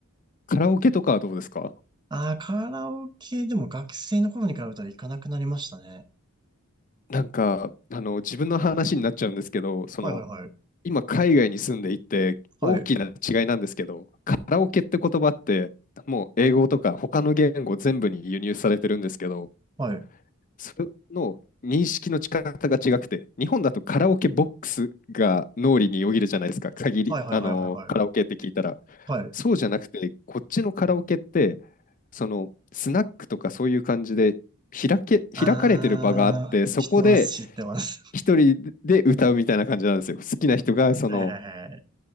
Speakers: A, on the left (about 35°); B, on the right (about 20°).
A: カラオケとかはどうですか
B: ああ、カラオケでも学生の頃に比べたら行かなくなりましたね。
A: なんか、あの、自分の話になっちゃうんですけど、その、
B: はいはいはい。
A: 今海外に住んでいて大きな違いなんですけど、
B: はい。
A: カラオケって言葉ってもう英語とか他の言語全部に輸入されてるんですけど、
B: はい。
A: それの認識の仕方が違くて、日本だとカラオケボックスが脳裏によぎるじゃないですか、限り、
B: はいはいはいはいはい。
A: あのカラオケって聞いたら。
B: はい。
A: そうじゃなくて、こっちのカラオケって、そのスナックとかそういう感じで開け、
B: ああ、
A: 開かれてる場があって、そこで
B: 知ってます、知ってます。
A: 一人で歌うみたいな感じなんですよ。好きな人がその
B: <laughs> はいはいはい。